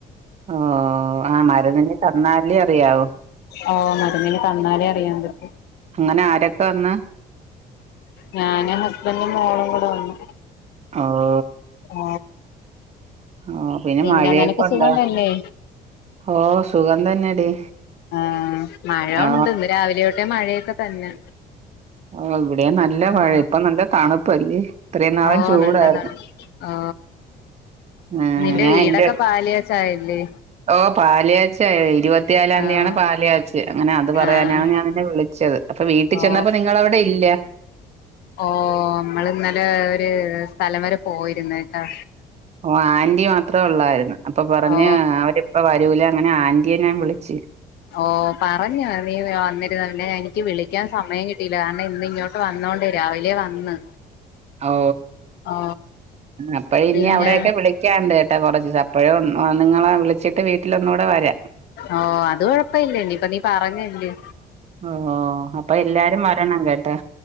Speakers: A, on the right; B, on the left.
A: ഓഹ് ആ മരുന്ന് ഇനി തന്നാലേ അറിയാവൂ
B: ഓഹ് മരുന്ന് ഇനി തന്നാലേ അറിയാൻ പറ്റു
A: അങ്ങനെ ആരൊക്കെ വന്ന്
B: ഞാനും ഹസ്ബൻഡും മോളും കൂടെ വന്നു.
A: ഹലോ
B: ആ
A: ഓ
B: പിന്നെ
A: മഴയൊക്കെ
B: നിനക്ക്
A: ഉണ്ടോ
B: സുഖന്നല്ലേ
A: ഓ സുഖം തന്നെടി
B: ആ മഴ
A: ഓ
B: ഉണ്ട് ന്ന് രാവിലെ തോട്ടെ മഴയൊക്കെ തന്നെ
A: ആ ഇവിടെയും നല്ല
B: ആഹ്
A: മഴ ഇപ്പ നല്ല തണുപ്പല്ലേ ഇത്രയും നാളും
B: ഓ
A: ചൂടായിരുന്നു
B: നല്ലതാണ് ഓ
A: ആ
B: നിന്റെ
A: ഞാൻ
B: വീടൊക്കെ
A: എന്റെ
B: പാല് കാച് ടൈല്
A: ഓ പാല് കാച്ച് ആയി ഇരുപത്തിയാലാന്തിയാണ്
B: ആഹ്
A: പാല് കാച്ച് ച്ച് അങ്ങനെ അത് പറയാനാണ്
B: ആഹ്
A: ഞാൻ നിന്നെ വിളിച്ചത് അപ്പൊ വീട്ടിൽ
B: ഓ
A: ചെന്നപ്പോ നിങ്ങങ്ങള അവിടെ ഇല്ല
B: ഓ മ്മള് ഇന്നലെ ഒരു സ്ഥലം വരെ പോയിരുന്ന് ട്ടോ
A: ഓ അയ്ൻ ആന്റി മാത്രേ ഉള്ളായിരുന്നു അപ്പൊ പറഞ്ഞ്
B: ഓ
A: അവരിപ്പ വരൂല അങ്ങനെ ആന്റിയെ ഞാൻ വിളിച്ച്
B: ഓ പറഞ്ഞു നീ വന്നിരുന്നു പിന്നെ എനിക്ക് വിളി ക്കാൻ സമയം കിട്ടില്ല കാരണം ഇന്ന് ഇങ്ങോട്ട് വന്നോണ്ടേ രാവിലെ വന്ന്
A: ഓ
B: ഓ
A: അപ്പഴ്
B: പിന്നെ
A: ഞ്ഞി അവിടെയൊക്കെ വിളി ക്ക്യാണ്ട്ട്ടാ കുറച്ച് ച് അപ്പഴും നിങ്ങളെ വിളിച്ചിട്ട് വീട്ടിലൊന്നുടെ വരാ
B: ഓ അത് കൊഴപ്പ ഇല്ല ഇനി ഇപ്പ നീ പറഞ്ഞില്ലേ
A: ഓ അപ്പൊ എല്ലാരും വരണം കേട്ടാ